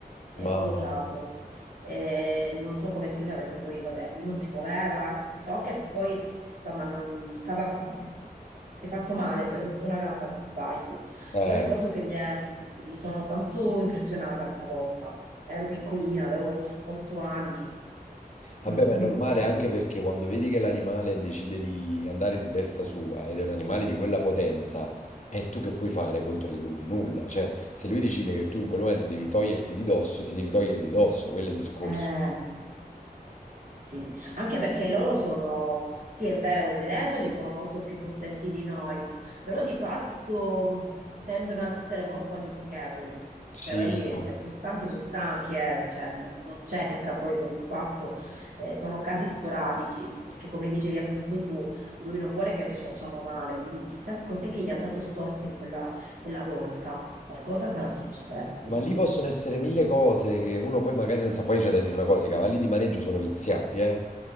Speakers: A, on the right (about 60°); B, on the left (about 50°).
A: è
B: mamma
A: volato.
B: mia.
A: E non so com'è finita perché poi vabbè, lui non si muoveva, so che poi insomma non stava si è fatto male, si è rotto una gamba se non sbaglio,
B: Eh.
A: però ricordo che mi, è- mi sono tanto impressionata quella volta. Ero piccolina, avevo otto anni.
B: Vabbè,
A: Mm,
B: ma
A: mm.
B: è normale anche perché quando vedi che l'animale decide di andare di testa sua ed è un animale di quella potenza, è tu che puoi fare contro di lui? Nulla. Cioè, se lui decide che tu in quel momento devi toglierti di dosso, ti devi togliere di dosso, quello è il discorso.
A: Eh, Sì, anche perché loro sono, sì, è vero, vedendoli sono molto più possenti di noi, però di fatto mh, tendono ad essere molto amichevoli.
B: Sì.
A: Cioè, quelli se sono stanchi, sono stanchi, eh, cioè, non, non c'entra poi con il fatto, eh, sono casi sporadici, perché come dicevi appunto tu, lui non vuole che noi ci facciamo male, quindi chissà cos'è che gli è andato storto in quella, quella volta, qualcosa sarà successo.
B: Ma lì possono essere mille cose che uno poi magari non sa. Poi c'è da dire una cosa, i cavalli di maneggio sono viziati, eh.